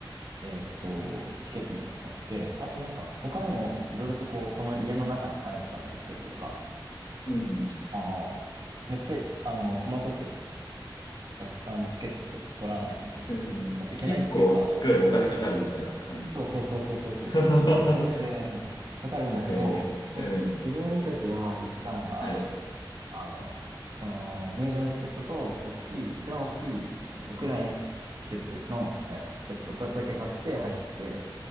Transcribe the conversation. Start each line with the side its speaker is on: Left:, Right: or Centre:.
Right: えーっと、チケットだけ買って、あとなんか他にもいろいろとこう、この家の中に入るためのチケットとか、
Left: うん、
Right: あの、めっちゃ、あの、細かくたくさんチケット取らないといけない、
Left: うん。
Right: いいけないっていうか、
Left: え結構すごいお金かかるみたいな感じです。
Right: そうそうそうそうそうそうそうそう、
Left: <laughs>
Right: 別々でね、そうそう、かかるんだけど、
Left: ええうん。
Right: そ、自分たちは行ったのは、
Left: はい、
Right: あの、その入場のチケットと大きい、一番大きいその屋内し施設の、えーっと、チケット2つだけ買って入って、